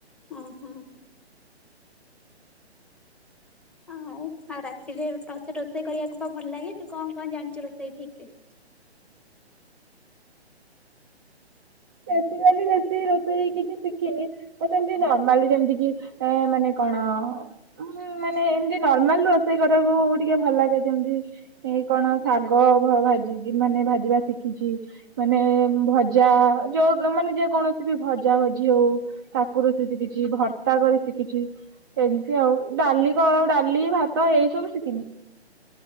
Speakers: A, in the centre; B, on the right.
A: ଅଁ ହଁ ହଉ ଆଉ ରାତିରେ ତତେ ରୋଷେଇ କରିବାକୁ ଭଲ ଲାଗେ ତୁ କଣ କଣ ଜାଣିଛୁ ରୋଷେଇ ଠିକ ରେ?
B: ବେଶୀ କାଲି ବେଶୀ ରୋଷେଇ କିଛି ଶିଖିନି। ତ ସେମତି ନର୍ମାଲି ଯେମିତି କି ମାନେ କଣ। ଉଁ ମାନେ ଏମିତି ନର୍ମାଲ ରୋଷେଇ କରିବାକୁ ଟିକେ ଭଲ ଲାଗେ ଯେମତି ଏଇ କଣ ଶାଗ ଭାଜି ମାନେ ଭାଜିବା ଶିଖିଛି ମାନେ ଭ ଜା ଯୋଉ ମାନେ ଯେ କୌଣସି ବି ଭଜା ଭଜି ହଉ। ତାକୁ ରୋଷେଇ ଶିଖିଛି ଭର୍ତ୍ତା କରି ଶିଖିଛି। ଏମିତି ଆଉ ଡାଲି କ ଡାଲି ଭାତ ଏଇ ସବୁ ଶିଖିନି।